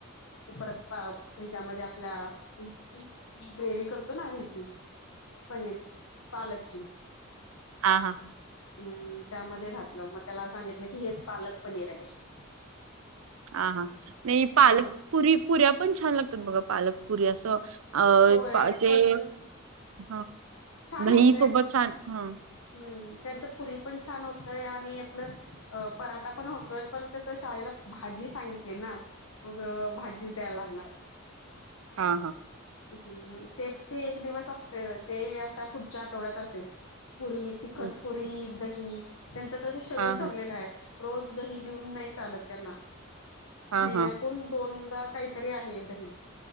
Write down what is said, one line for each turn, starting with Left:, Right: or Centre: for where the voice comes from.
Left: ते परत ह्याच्यामध्ये आपल्या ग्रेव्हीतं करतो ना हेची पनीर पालकची.
Right: हा हा.
Left: हम्म त्यामध्ये घातलं मग त्याला सांगितलं की हेच पालक पनीर आहे. <inaudible>
Right: ह हा नाही पालकपुरी
Left: ह
Right: पुऱ्या पण छान लागतात मग पालकपुरी असं. अ
Left: होय
Right: ते
Left: पण
Right: ह
Left: छान
Right: दही
Left: होतय
Right: सोबत छान ह.
Left: हम्म त्याच पुरी पण छान होतय आणि आपलं अ पराठा पण होतोय पण कसं शाळेला भाजी सांगितली ना. मग भाजीच द्यायला लागणार.
Right: हा हा.
Left: हम्म ते ते एक दिवस असते ते आता पुढच्या आठवड्यात असेल. पुरी तिखटपुरी
Right: हं.
Left: दही त्यांचं कसं शेड्यूल
Right: हां,
Left: ठरलेलं
Right: हां,
Left: आहे. रोज दही देऊन नाही चालत त्यांना
Right: हां,
Left: महिन्या
Right: हां,
Left: तुन दोनदा काहीतरी आहे दही